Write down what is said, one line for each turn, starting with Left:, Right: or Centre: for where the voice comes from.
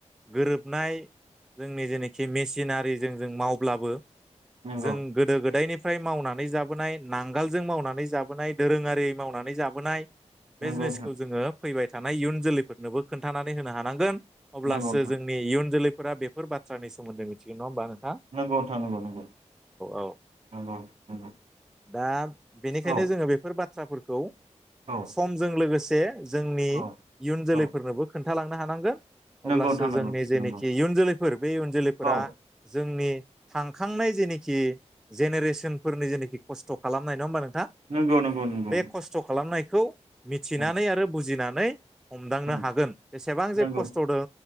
Centre: गोरोबनाय जोंनि जेखि मेसिनारिजों जों माव अब्लाबो
Right: नंगौ
Centre: जों गोदो-गोदायनि फ्राय मावनानै जाबोनाय नांगोलजों मावनानै जाबोनाय दोरोङारि मावनानै जाबोनाय बे
Right: नंगौ
Centre: जिनिसखौ
Right: नोंथां
Centre: जोङो फैबाय थानाय इयुन जोलैफोरनोबो खोन्थानानै होनो हानांगोन। अब्लासो
Right: नंगौ
Centre: जोंनि इयुन जोलै फोरफोरा बेफोर बाथ्रा सोमोनदै मिथिगोन नङा होनबा नों
Right: नोंगौ। थां नगौ नंगौं
Centre: औ
Right: नोंगौ नोंगौ
Centre: दा बेनिखायनो
Right: औ
Centre: जोङो बेफोर बाथ्राफोरखौ
Right: औ
Centre: समजों लोगोसे से जोंनि
Right: औ
Centre: इयुन जोलैफोरनोबो
Right: औ
Centre: खोन खिथालांनो हानांगोन
Right: नंगौ
Centre: अब्लासो
Right: नोंथां नंगौ
Centre: जोंनि जेनोखि
Right: नंगौ
Centre: इयुन जोलैफोर बे इयुन जोलैफोरा
Right: औ
Centre: जोंनि थांखांनाय जेनिखि जेनेरेसनफोरनि जेनोखि खस्थ' खालामनाय नङाहोमबा नों
Right: नंगौ नंगौ नंगौ
Centre: बे खस्थ' खालामनाय खौ मिथिनानै
Right: उम
Centre: आरो बुजिनानै नै हमदांनो
Right: उम
Centre: हागोन बेसेबां जे
Right: नंगौ
Centre: खस्थ'दों